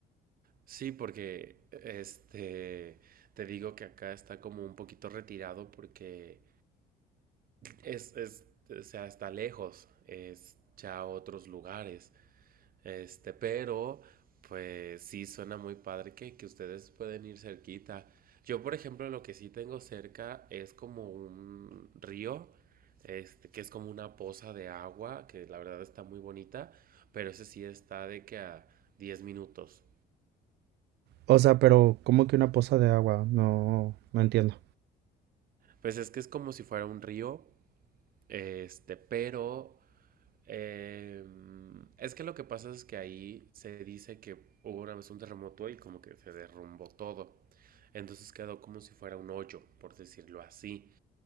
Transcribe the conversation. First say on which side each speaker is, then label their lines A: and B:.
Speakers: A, on the right (about 60°); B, on the right (about 75°).
A: Sí, porque este te digo que acá está como un poquito retirado porque es, es o sea, está lejos, es ya otros lugares. Este, pero pues sí suena muy padre que, que ustedes pueden ir cerquita. Yo, por ejemplo, lo que sí tengo cerca es como un río, este, que es como una poza de agua, que la verdad está muy bonita, pero ese sí está de que a 10 minutos.
B: O sea, pero ¿cómo que una poza de agua? No, no entiendo.
A: Pues es que es como si fuera un río, Este, pero eh, es que lo que pasa es que ahí se dice que hubo una vez un terremoto y como que se derrumbó todo. Entonces quedó como si fuera un hoyo, por decirlo así.